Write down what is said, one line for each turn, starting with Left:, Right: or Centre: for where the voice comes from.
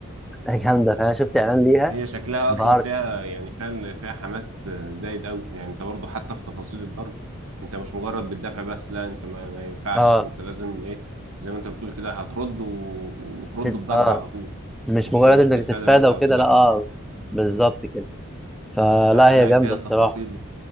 Centre: هي <laughs> جامده فانا شفت اعلان ليها
Right: هي شكلها
Centre: انبهرت
Right: اصلا فيها يعني فيها فيها حماس زايد قوي يعني انت برضو حتى في تفاصيل الضرب انت مش مجرد بتدافع بس لا انت ما, ما ينفعش
Centre: اه
Right: انت لازم ايه زي ما انت بتقول كده هترد و... وترد
Centre: تت-
Right: بضرب
Centre: اه
Right: على طول
Centre: مش
Right: مش
Centre: مجرد
Right: مش
Centre: انك
Right: تتفادى
Centre: تتفادى
Right: بس
Centre: وكده
Right: او تدافع
Centre: لا اه
Right: بس
Centre: بالظبط
Right: اه
Centre: كده فلا
Right: فهتلاقي
Centre: هي جامده
Right: فيها
Centre: الصراحه
Right: تفاصيل